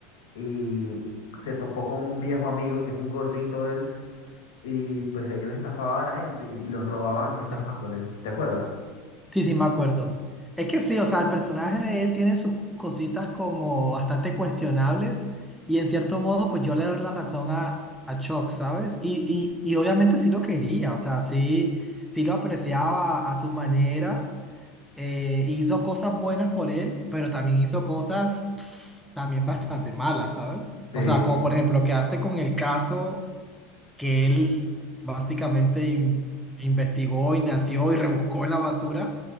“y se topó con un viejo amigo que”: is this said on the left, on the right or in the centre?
Left